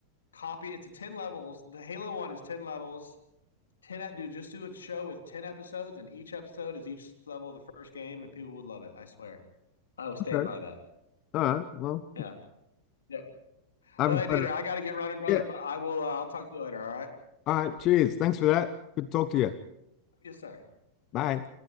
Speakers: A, on the left; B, on the left.
A: copy, it's a ten levels. The Halo one is ten levels. Ten ep- do just do a show with ten episodes, and each episode is each level of the first game, and people would love it. I swear. I will stand
B: Okay.
A: by that.
B: All right. Well,
A: Yeah. Yep.
B: I haven't
A: Well, hey
B: played
A: Dieter,
B: it
A: I got to get running, brother,
B: yet.
A: but I will. Uh, I'll talk to you later. All right.
B: All right. Cheers. Thanks for that. Good to talk to you.
A: Yes, sir.
B: Bye.